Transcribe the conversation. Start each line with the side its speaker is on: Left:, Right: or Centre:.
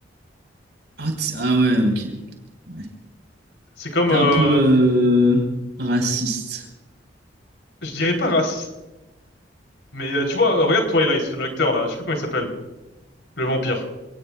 Right: Ah, t- ah ouais, ok. Ouais.
Left: C'est comme,
Right: T'es
Left: euh,
Right: un peu euh, raciste.
Left: je dirais pas raciste. Mais euh, tu vois, euh, regarde Twilight, l'acteur là, je sais plus comment il s'appelle, le vampire.